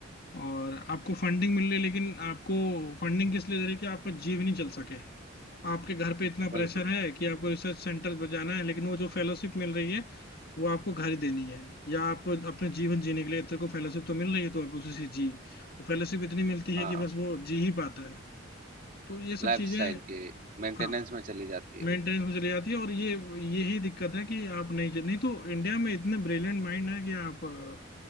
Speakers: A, on the left; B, on the right.
A: और आपको फंडिंग मिल रही है लेकिन आपको फंडिंग किस लिए दे रही है कि आपका जीव नहीं चल सके आपके घर पे इतना
B: बिल्कुल
A: प्रेशर है कि आपको रिसर्च सेंटर पर जाना है लेकिन वो जो फेलोशिप मिल रही है वो आपको घर ही देनी है या आपको अपने जीवन जीने के लिए तेरे को फेलोशिप तो मिल रही है तो आप उसी से जी वो फेलोशिप इतनी मिलती है
B: हाँ
A: कि बस वो जी ही पाता है तो ये सब
B: लाइफ
A: चीजें
B: स्टाइल के मेंटेनेंस
A: हाँ
B: में चली जाती है
A: मेंटेनेंस
B: वो
A: में चली जाती है और ये यही दिक्कत है कि आप नहीं नहीं तो इंडिया में इतने ब्रिलियंट माइंड है कि आप अ,